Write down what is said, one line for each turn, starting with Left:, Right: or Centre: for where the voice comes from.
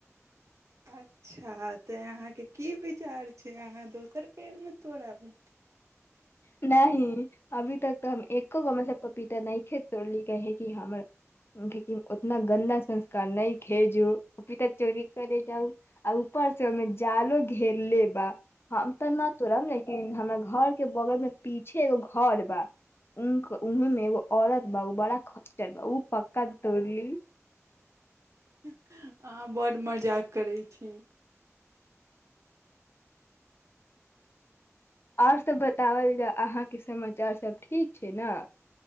Right: अच्छा तऽ अहाँके की विचार छै अहाँ दोसर पेड़मे तोड़बू
Left: नही अभी तक तऽ हम एको गो मे से पपीता नहिखे तोड़ली रहे कि हमरा लेकिन ओत उतना गन्दा संस्कार नैखे जे पपीता चोरी करे जाउ आ ऊपर से ओहिमे जालो घेरले बा हम तऽ न तोरब लेकिन हमर घर के बगलमे पीछे एगो घर बा उ उहे मे एगो औरत बा उ बड़ा खच्चर बा ओ पक्का तोड़ ली
Right: अहाँ बड्ड मजाक करै छी
Left: आओर सब बतावल अहाँके समाचार सब ठीक छै ने